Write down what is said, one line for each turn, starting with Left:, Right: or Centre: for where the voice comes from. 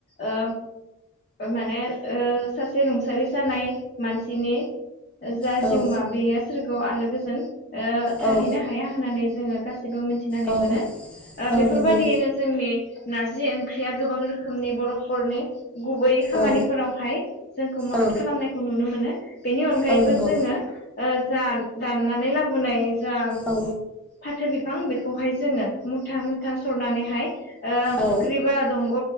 Left: ओ ओ माने ओ सासे रुंसारि जानाय मानसिनि जा
Centre: औ
Left: जिउमा बेयो सोरगोआव आलो गोजोन ओ थाहैनो
Centre: औ औ
Left: हाया होननानै जोङो गासैबो मोनथिनानै
Centre: औ
Left: मोनो ओ
Centre: औ
Left: बेफोरबायदियैनो
Centre: नंगौ
Left: जोंनि नारजि ओंख्रिया गोबां रोखोमनि बर'फोरनि गुबै खामानिफोरावहाय
Centre: औ
Left: जोंखौ मदद
Centre: औ
Left: खालामनायखौ नुनो मोनो बेनि अनगायैबो
Centre: औ नंगौ
Left: जोङो। ओ जा दाननानै लाबोनाय जा
Centre: औ
Left: फाथो बिफां बेखौहाय जोङो मुथा मुथा सरनानैहाय ओ फुख्रि
Centre: औ
Left: बा दंग'